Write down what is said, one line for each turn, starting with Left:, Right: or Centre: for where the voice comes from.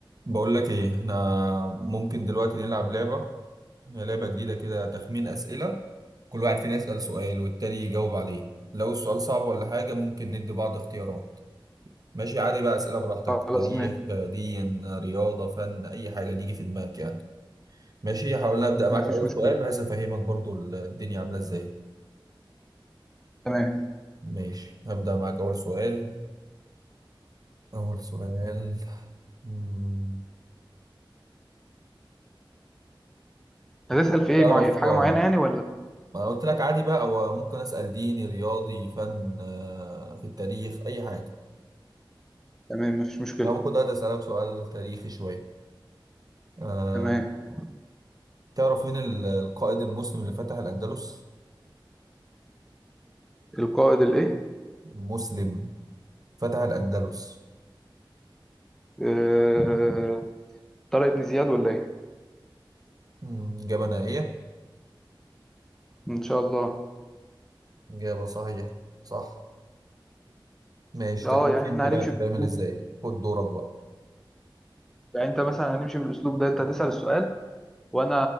Right: بقول لك ايه احنا ممكن دلوقتي نلعب لعبة هي لعبة جديدة كده تخمين أسئلة كل واحد فينا يسأل سؤال والتاني يجاوب عليه لو السؤال صعب ولا حاجة ممكن ندي بعض اختيارات ماشي عادي بقى أسئلة براحتك
Centre: خلاص
Right: تاريخ
Centre: ماشي
Right: دين رياضة فن أي حاجة اللي يجي في دماغك يعني ماشي حاولنا أبدأ
Centre: ما
Right: معاك
Centre: فيش
Right: أول
Centre: مشكلة
Right: سؤال بحيث أفهمك برضو الدنيا عاملة إزاي
Centre: تمام
Right: ماشي هبدأ معاك أول سؤال أول سؤال مم.
Centre: هتسأل في ايه
Right: تعرف
Centre: معين في حاجة
Right: آه،
Centre: معينة يعني ولا
Right: ما انا قلت لك عادي بقى هو ممكن اسال ديني رياضي فن آه، في التاريخ اي حاجه
Centre: تمام ما فيش مشكلة
Right: انا ممكن دلوقتي اسالك سؤال تاريخي شويه آه،
Centre: تمام
Right: تعرف مين ال- القائد المسلم اللي فتح الاندلس
Centre: القائد الايه
Right: مسلم فتح الاندلس
Centre: آه... طارق بن زياد ولا ايه
Right: مم، اجابه نهائيه
Centre: ان شاء الله
Right: اجابه صحيحه صح ماشي
Centre: اه
Right: انت كده
Centre: يعني
Right: فهمت
Centre: احنا
Right: بقى
Centre: هنمشي
Right: بتتعمل
Centre: بالأسلوب
Right: ازاي
Centre: ده.
Right: خد دورك بقى
Centre: يعني انت مثلا هنمشي بالاسلوب ده انت هتسأل السؤال وانا